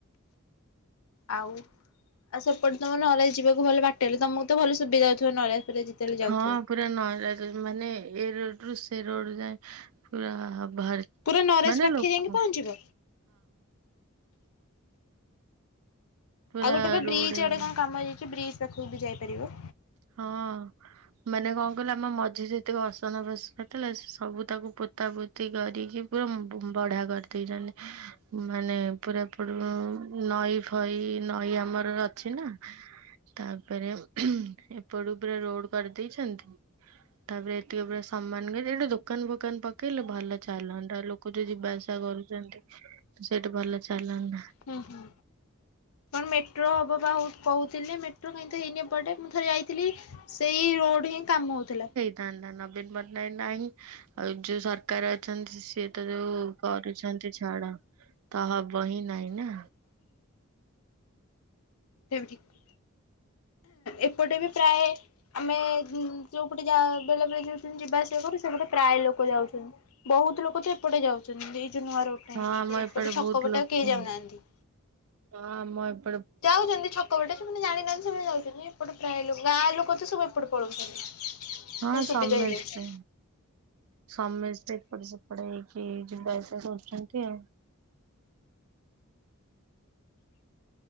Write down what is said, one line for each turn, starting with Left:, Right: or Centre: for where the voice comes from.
Left: ଆଉ ଆଉ ସେପଟେ ତମେ ନଲେଜ୍ ଯିବାକୁ ଭଲ ବାଟଲେ, ତମକୁ ତ ଭଲ ସୁବିଧା ହଉଥିବ ନଳିଆ- ପୁରା ଯେତେବେଳେ ଯାଉଥିବ।
Right: ହଁ ପୁରା ନଲେଜ୍ ମାନେ ଏବରୋଡ ରୁ ସେ ରୋଡ ଯାଏ ପୁରା ବାହା
Left: ପୁରା ନରାଜ
Right: ମାନେ
Left: ପାଖେ
Right: ଲୋକ
Left: ଯାଇକି
Right: ହଁ।
Left: ପହଞ୍ଚିବ।
Right: ପୁରା
Left: ଆଉ ଗୋଟେ ବା
Right: ରୋଡ
Left: ବ୍ରିଜ୍
Right: ହେଇ
Left: ଆଡେ କଣ କାମ ହେଇଯାଇଛି ବ୍ରିଜ୍ ପାଖକୁ ବି ଯାଇପାରିବ।
Right: ହଁ। ମାନେ କଣ କହିଲ ଆମ ମଝିରେ ଯେତକ ଅସନା ଫସନା ଥିଲା, ସେ ସବୁ ତାକୁ ପୋତା ପୋ ତି କରିକି ପୁରା ବମ୍ ବଢିଆ କରିଦେଇଛନ୍ତି। ମାନେ ପୁରା ପର୍-ନଈ ଫଇ ନଈ ଆମର ଅଛି ନା ତାପରେ ଏପଟୁ ପୁରା ରୋଡ୍ କରିଦେଇଛନ୍ତି। ତାପରେ ଏତିକ ପୁରା ସମାନ କରି, ଏଟା ଦୋକାନ ଫୋକାନ ପକେଇଲେ ଭଲ ଚାଲନ୍ତା ଲୋ କ ଯୋ ଯିବା ଆସିବା କରୁଛନ୍ତି। ସେଇଠି ଭଲ ଚାଲନ୍ତା
Left: ହୁଁ ହୁଁ। କଣ ମେଟ୍ରୋ ହବ ବା ହଉ-କହୁଥିଲି ମେଟ୍ରୋ କାଇଁ ତ ହେଇନି ଏପଟେ। ମୁଁ ଥରେ ଯାଇଥିଲି ସେଇ ରୋଡ ହିଁ କାମ ହଉଥିଲା।
Right: ନା ନା ନବୀନ ପଟ୍ଟନାୟକ ନାହିଁ। ଆଉ ଯୋଉ ସରକାର ଅଛନ୍ତି ସିଏ ତ ଯୋଉ କରୁଛନ୍ତି ଛାଡ, ତ ହବ ହିଁ ନାଇଁ ନା।
Left: ଏବେ ଠିକ୍, ଏପଟେ ବି ପ୍ରାୟେ ଆମେ ଉମ୍ ଯୋଉପଟେ ଯାଅ ବେଳେ ବେଳେ ଯୋଉ-ଯିବା ଆସିବା କରୁ ସେପଟେ ପ୍ରାୟ ଲୋକ ଯାଉଛନ୍ତି ବହୁତ ଲୋକ ତ ଏପଟେ ଯାଉଛନ୍ତି। ଏଇ ଯୋଉ ନୂଆ ରୋଡ୍ ଟା
Right: ହଁ
Left: ହେଇଯାଇଛି।
Right: ଆମ
Left: ଏପଟେ ଛକପଟେ
Right: ବହୁତ ଲୋକ
Left: ଆଉ କେହି ଯାଉନାହାନ୍ତି।
Right: ହଁ ଆମ ଏପ୍
Left: ଯାଉଛନ୍ତି ଛକ ପଟେ, ସେମାନେ ଜାଣିନାହାନ୍ତି ସେମାନେ ଯାଉଛନ୍ତି। ଏପଟେ ପ୍ରାୟ ଲୋକ ଗାଁ ଲୋକ ତ ସବୁ ଏପଟେ ପଳଉଛନ୍ତି।
Right: ହଁ ସମେସ୍ତେ।
Left: ସୁବିଧା ହେଇଯାଇଛି
Right: ସମେସ୍ତେ ଏପଟ ସେପଟ ହେଇକି ଯିବା ଆସିବା କରୁଛନ୍ତି ଆଉ।